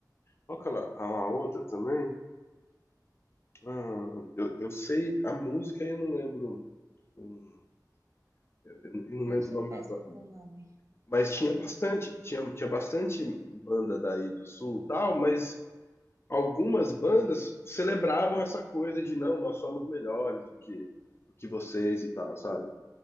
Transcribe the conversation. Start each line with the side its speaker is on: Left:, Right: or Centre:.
Left: Qual que ela- a, a outra também? Ah, eu, eu sei a música e eu não lembro. hum, Eu, eu não
Right: Eu
Left: lembro
Right: sou
Left: o nome
Right: péssima
Left: da banda.
Right: com nome.
Left: Mas tinha bastante, tinha, tinha bastante banda daí do sul e tal, mas algumas bandas celebravam essa coisa de não, nós somos melhores do que, do que vocês e tal, sabe?